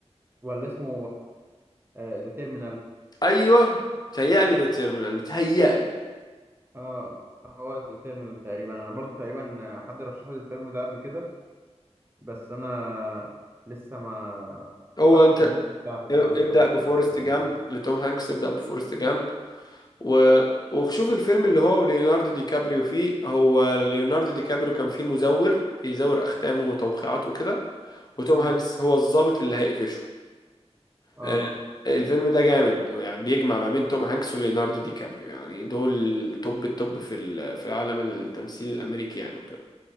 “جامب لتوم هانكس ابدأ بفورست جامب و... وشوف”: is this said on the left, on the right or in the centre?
Left